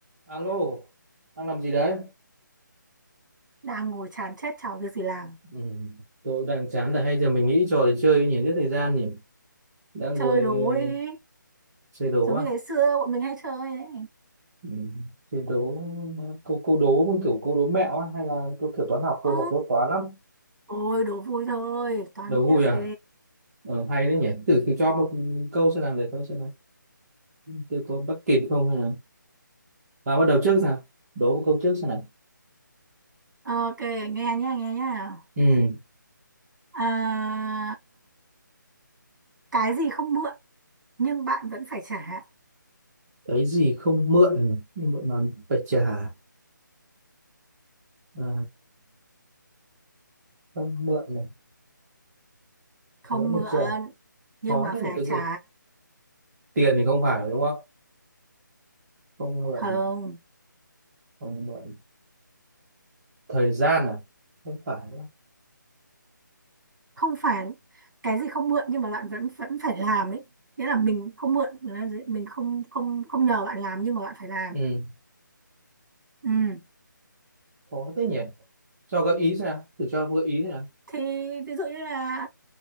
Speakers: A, on the right; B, on the right.
A: Alo, đang làm gì đấy?
B: đang ngồi chán chết chả có việc gì làm
A: Ừ, tôi cũng đang chán rồi, hay giờ mình nghĩ trò để chơi nhỉ, giết thời gian nhỉ. Đang
B: chơi
A: ngồi
B: đố
A: ờ,
B: đi
A: chơi đố
B: giống
A: à?
B: như ngày xưa bọn mình hay chơi ấy
A: Ừ, chơi đố ờ, câu câu đố cũng kiểu câu đố mẹo á, hay là câu kiểu toán học,
B: Ồ,
A: câu học đố toán lắm.
B: ôi đố vui thôi toán
A: Đố
B: tiếc
A: vui à?
B: gì
A: Ờ, hay đấy nhỉ. Thử thử cho một câu xem nào để tôi xem nào. Tôi có bắt kịp không hay là và bắt đầu trước nào. Đố một câu trước xem nào.
B: Ờ, ok nghe nhá nghe nhá
A: Ừ,
B: à, cái gì không mượn nhưng bạn vẫn phải trả
A: cái gì không mượn nhưng mượn mà phải trả. Ờ, không mượn này,
B: không
A: mà vẫn phải
B: mượn
A: trả.
B: nhưng
A: Khó
B: mà
A: thế
B: phải
A: nhỉ cái
B: trả
A: gì? tiền thì không phải đúng không không mượn
B: không
A: không mượn thời gian à không phải đúng không?
B: không phải cái gì không mượn nhưng mà bạn vẫn vẫn phải làm ấy nghĩa là mình không mượn là gì? mình không không không nhờ bạn làm nhưng mà bạn phải làm
A: ừ
B: ừ
A: có thế nhỉ cho gợi ý xem nào thử cho gợi ý xem nào
B: thì ví dụ như là